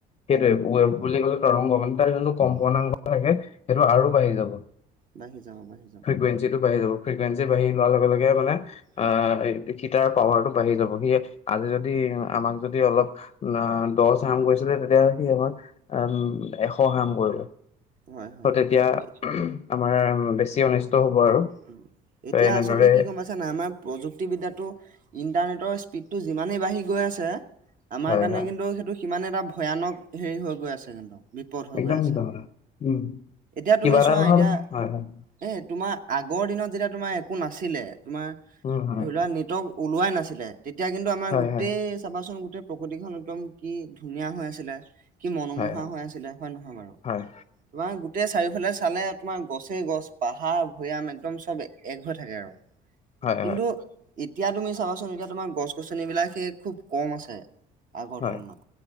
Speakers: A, on the left (about 35°); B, on the right (about 55°).
A: সেইটোৱে, ৱেভ বুলি ক'লে তৰংগ মানে তাৰ যোনটো কম্পনাংক
B: হয়
A: থাকে সেইটো আৰু বাঢ়ি যাব।
B: বাঢি যাব, বাঢ়ি যাব।
A: ফ্ৰিকুৱেঞ্চিটো বাঢ়ি যাব, ফ্ৰিকুৱেঞ্চি বঢ়ি যোৱাৰ লগে লগে মানে
B: উম
A: আ এই সেইকিতাৰ পাৱাৰটো বাঢ়ি যাব। সি আজি যদি আমাক যদি অলপ আ, দচ হাৰাম কৰিছিলে, তেতিয়া হ'লে সি আমাক আম এশ হাৰাম কৰিব।
B: হয় হয়
A: ত' তেতিয়া আমাৰ বেছি অনিষ্ট হ'ব আৰু।
B: উম,
A: ত
B: এতিয়া
A: এনেদৰে
B: আচলতে কি গম পাইছা নাই, আমাক প্ৰযুক্তিবিদ্যাটো ইণ্টাৰনেটৰ স্পীডটো যিমানেই বাঢ়ি গৈ আছে আমাৰ
A: হয়
B: কাৰণে
A: হয়
B: কিন্তু সেইটো সিমানে এটা ভয়ানক হেৰি হৈ গৈ আছে কিন্তু। বিপদ হৈ
A: একদম
B: গৈ আছে।
A: সঁচা কথা, উম।
B: এতিয়া
A: কিবা
B: তুমি
A: এটা
B: চোৱা,
A: নহয়
B: এতিয়া
A: হয় হয়
B: এ, তোমাৰ আগৰ দিনত যেতিয়া তোমাৰ একো নাছিলে, তোমাৰ
A: উম হয়
B: ধৰি লোৱা নেটৱৰ্ক ওলোৱাই নাছিলে। তেতিয়া কিন্তু আমাৰ
A: হয়
B: গোটেই
A: হয়
B: চাবাচোন গোটেই প্ৰকৃতিখন একদম কি ধুনীয়া হৈ আছিলে। কি মনোমোহা
A: হয়
B: হৈ আছিলে হয় নহয় বাৰু?
A: হয়
B: তোমাৰ গোট গোটেই চাৰিওফালে চালে তোমাৰ গছেই গছ, পাহাৰ, ভৈয়াম একদম চব এক হৈ থাকে আৰু।
A: হয়
B: কিন্তু এতিয়া তুমি চাবাচোন এতিয়া তোমাৰ গছ- গছনিবিলাক সেই খুব কম আছে। আগৰ
A: হয়
B: তুলনাত